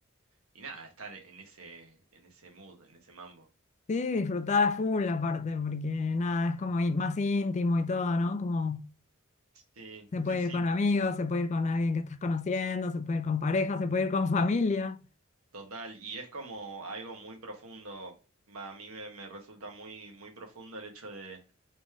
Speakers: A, on the right; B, on the left.
A: y nada, estar en ese, en ese mood, en ese mambo.
B: Sí, disfrutar a full aparte, porque nada, es como i- más íntimo y todo, ¿no? Como
A: Sí,
B: se puede
A: sí, sí,
B: ir con amigos,
A: co-
B: se puede ir con alguien que estás conociendo, se puede ir con pareja, se puede ir con familia.
A: total. Y es como algo muy profundo. Va, a mí me, me resulta muy, muy profundo el hecho de